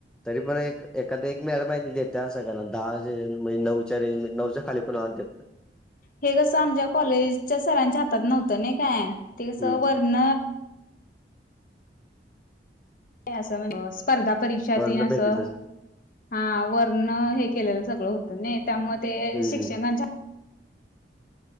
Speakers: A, in the centre; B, on the left.
A: तरी पण एक एखादा एक मॅडम माहिती देते सगळ्यांना दहा म्हणजे नऊच्या रेंज नऊच्या खाली कोणा आला देत नाही.
B: हे कस आमच्या कॉलेजच्या सरांच्या हातात नव्हतं ना काय ते
A: नाही.
B: कस
A: हम्म
B: वरन म्हणजे स्पर्धा परीक्ष
A: वरण
B: तेन असं
A: भेटेल तसं
B: हा वरण हे केलेलं. सगळं होतं ने त्यामुळ ते
A: हम्म
B: शिक्षणाच्या
A: हम्म